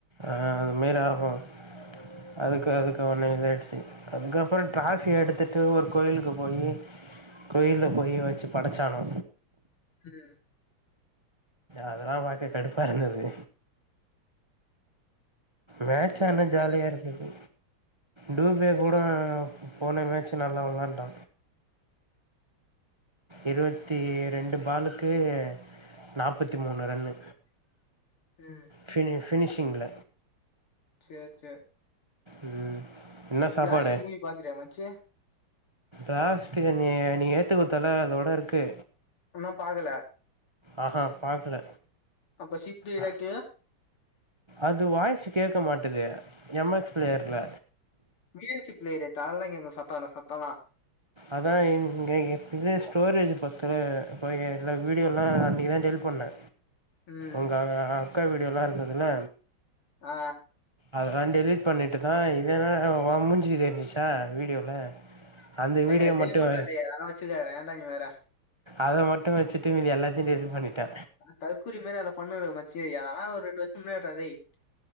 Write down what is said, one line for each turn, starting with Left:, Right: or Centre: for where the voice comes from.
Right: ஆ அது மாரி ஆகும் அதுக்கு அதுக்கு ஒண்ண இதயிடுச்சு அதுக்கப்புறோ டிராபி எடுத்துட்டு ஒரு கோயிலுக்கு போயி கோயில போய் வச்சு படச்சானா
Left: ம்
Right: அதெல்லா பாக்க கடுப்பா இருந்தது மேட்ச்
Left: சேரிடா
Right: ஆனா ஜாலியா இருந்தது டூபே
Left: சேரி
Right: கூட போன மேட்சு நல்லா விளாண்டா இருபத்தி ரெண்டு பாலுக்கு நாற்பத்தி மூணு ரன்னு
Left: ம்
Right: ஃபினி ஃபினிஷிங்கில்ல
Left: சேர் சேர்
Right: ம் என்ன சாப்பாடு
Left: பிளாஸ்ட் மூவி பாத்தியா மச்சி
Right: லாஸ்ட்டு நீ நீ ஏத்து குடுத்தால அதோட இருக்கு
Left: ஒன்னு பாக்கல
Right: ஆ ஹா பாக்கல
Left: அப்ப சிப்ட்டு இடாக்கே
Right: அ அது வாய்சு கேட்க மாட்டது எம் எக்ஸ் பிளயர்ல
Left: பி எக்ஸ் சி பிளேயர் எடுத்தா அதுலதா கேக்கு சத்தமான சத்தம் எல்லா
Right: அதா இங்கேயு இது ஸ்டோரேஜ் பத்தல இப்போ எல்லா வீடியோலா இன்னைக்கு தா டெலிட் பண்ண
Left: ம்
Right: உங்க அ அக்கா வீடுயெல்லா இருந்ததுல
Left: ஆ
Right: அதலா டெலிட் பண்ணிட்டு தா இதுதா உ மூஞ்சி தெரிஞ்சிச்சா வீடியோல அந்த வீடியோ
Left: ஐய டெலிட்
Right: மட்டும்
Left: பண்ணுடா அதைய அதெல்லா வச்சு இருக்காத ஏன்டா நீ வேற
Right: அத மட்டு வச்சுட்டு மீதி எல்லாத்தையு டெலிட் பண்ணிட்டே
Left: தற்கூரி மாரி அதெல்லா பண்ணாத மச்சு அதெல்லா ஒரு ரெண்டு வருஷம் முன்னாடி டா டேய்